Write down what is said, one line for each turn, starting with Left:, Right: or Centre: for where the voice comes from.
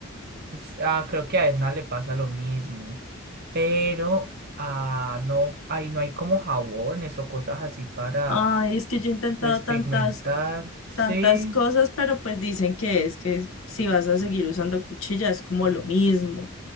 Right: s- ah, creo que a Edna le pasa lo mismo, pero ah, no, ahí no hay como jabones o cosas así para
Left: Ay, es que yo he intentado
Right: Despigmentar,
Left: tantas,
Right: sí.
Left: tantas cosas, pero pues dicen que es que si vas a seguir usando cuchilla es como lo mismo.